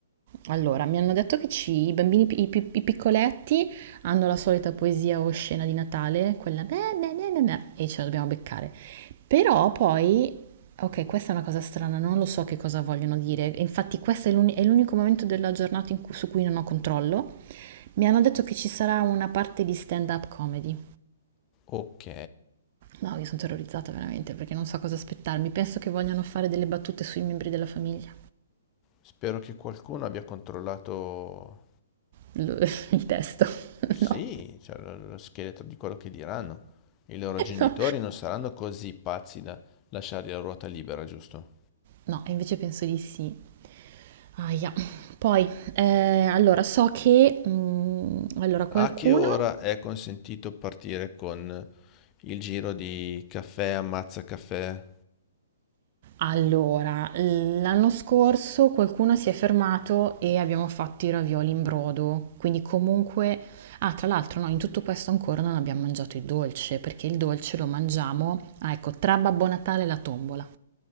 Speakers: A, on the right (about 45°); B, on the left (about 25°).
A: Allora, mi hanno detto che ci- i bambini, pi- i, pi- i piccoletti hanno la solita poesia o scena di Natale, quella beh, beh, beh, beh, beh, e ce la dobbiamo beccare. Però poi, ok, questa è una cosa strana, non lo so che cosa vogliono dire. e Infatti questo è l'uni- è l'unico momento della giornata in cui- su cui non ho controllo. Mi hanno detto che ci sarà una parte di stand-up comedy.
B: Ok,
A: No, io sono terrorizzata veramente perché non so cosa aspettarmi. Penso che vogliano fare delle battute sui membri della famiglia.
B: spero che qualcuno abbia controllato,
A: Lo- <laughs> Il testo. <laughs>
B: sì,
A: No,
B: cioè, lo lo scheletro di quello che diranno. I loro genitori
A: no,
B: non saranno così pazzi da lasciargli la ruota libera, giusto?
A: No, invece penso di sì. Aia. Poi, eh, allora, so che... mm, allora, qualcuno...
B: A che ora è consentito partire con il giro di caffè ammazza caffè?
A: Allora, l'anno scorso qualcuno si è fermato e abbiamo fatto i ravioli in brodo, quindi comunque... Ah, tra l'altro, no, in tutto questo ancora non abbiamo mangiato il dolce, perché il dolce lo mangiamo, ah, ecco, tra Babbo Natale e la tombola.